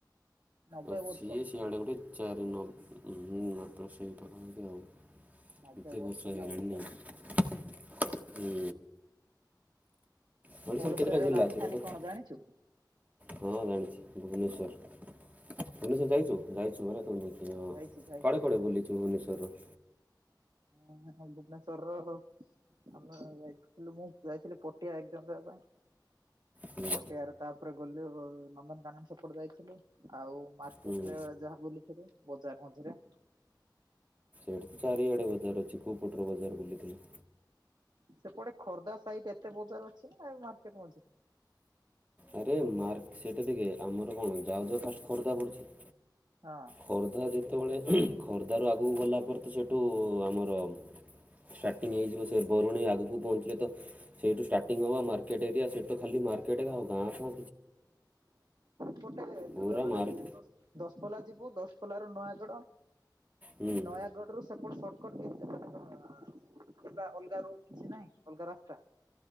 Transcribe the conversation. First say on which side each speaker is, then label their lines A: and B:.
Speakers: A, on the right; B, on the right.
A: ନବେ
B: ଅଶିଏ
A: ବର୍ଷ
B: ସିଆଡେ ଗୋଟେ ଚାରି ନବେ ସେଇ ପାଖା ପାଖି ଆଉ।
A: ନବେ
B: କେତେ ବର୍ଷ
A: ହେଲା
B: ହେଇଗଲାନି
A: ଓଡିଶା
B: ନାଇ ହୁଁ। ଓଡ଼ିଶାରେ
A: ଓଡିଶାର
B: କେତେ ଟା ଜିଲ୍ଲା
A: ରାଜଧାନୀ
B: ଅଛି କୁହ ତ?
A: କଣ ଜାଣିଛୁ?
B: ହଁ ଜାଣିଛି ଭୁବନେଶ୍ୱର। ଭୁବନେଶ୍ୱର ଯାଇଛୁ ଯାଇଛୁ ପରା ତୁ ନାଇକି ହଁ
A: ଯାଇଛି ଯାଇଛି
B: କୁଆଡେ କୁଆଡେ ବୁଲିଛୁ ଭୁବନେଶ୍ୱର ର?
A: ମୁଁ ଭୁବନେଶ୍ୱର ର। ଆମେ ଯାଇଥିଲୁ ମୁଁ ଯାଇଥିଲି ପଟିଆ ଏକଜାମ୍ ଦେବା ପାଇଁ
B: ହୁଁ
A: ପଟିଆ ରେ ତା ତା ପରେ ଗଲି ଆଉ ନନ୍ଦନ କାନନ ସେପଟେ ଯାଇଥିଲୁ। ଆଉ ମାର୍କେଟ
B: ହୁଁ
A: ରେ ଯାହା ବୁଲିଥିଲୁ ବଜାର ମଝିରେ।
B: ସେଟି ତ ଚାରିଆଡେ ବଜାର ଅଛି କୋଉ ପଟର ବଜାର ବୁଲିଥିଲୁ।
A: ସେପଟେ ଖୋର୍ଦ୍ଧା ସଇଟ ଏତେ ବଜାର ଅଛି ନା ଏ ମାର୍କେଟ ମଝିରେ?
B: ଆରେ ମାର୍ ସେଟା ଦେଖେ ଆମର କଣ ଯାଉ ଯଉ ଫାଷ୍ଟ ଖୋର୍ଦ୍ଧା ପଡୁଛି
A: ହଁ
B: ଖୋର୍ଦ୍ଧା ଯେତେବେଳେ ଉଃ ଖୋର୍ଦ୍ଧାରୁ ଆଗକୁ ଗଲା ପରେ ତ ସେଇଠୁ ଆମର ଷ୍ଟାର୍ଟିଂ ହେଇଯିବ ସେ ବରୁଣେଇ ଆଗକୁ ପହଞ୍ଚିଲେ ତ ସେଇଠୁ ଷ୍ଟାର୍ଟିଂ ହେବ ମାର୍କେଟ ଏରିଆ ସେଠୀ ତ ଖାଲି ମାର୍କେଟ ଆଉ ଗାଁ ଫା
A: ଗୋଟେ
B: ପୁରା
A: ଯୋଉ ଏବେ
B: ମାର୍କ
A: ଦେଖ ଦ ଦଶପଲା ଯିବୁ ଦଶପଲା ରୁ ନୟାଗଡ
B: ହୁଁ।
A: ନୟାଗଡ ରୁ ସେପଟଟ ସଟ କଟ ମାନେ କଣ ଅଲଗା ରୋଡ କିଛି ନାହିଁ ଅଲଗା ରାସ୍ତା?